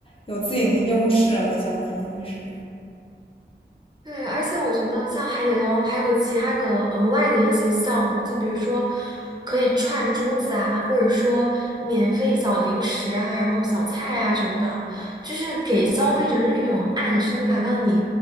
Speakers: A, on the left; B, on the right.
A: 有自己的优势了，相当于是，
B: 对，而且我觉得像海底捞还有其他的额外的一些项目，就比如说可以串珠子啊，或者说免费小零食啊，然后小菜啊什么的，就是给消费者一种暗示，就好像你